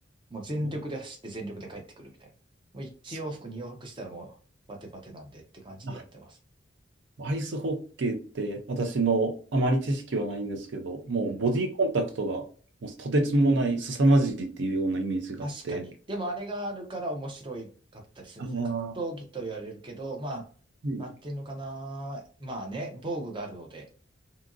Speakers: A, on the right (about 25°); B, on the right (about 70°).
A: もう全力で走って全力で帰ってくるみたいな。
B: お
A: もう1往復2往復したらもうバテバテなんでって感じでやってます。
B: そあ、アイスホッケーって私のあまり知識はないんですけど、もうボディコンタクトがもうとてつもない凄まじいっていうようなイメージがあって、
A: うん。確かに。でもあれがあるから面白いかったりするんですね。
B: ああ、
A: 格闘技と言われるけど、まあ、
B: うん
A: なんていうのかな。まあね、防具があるので。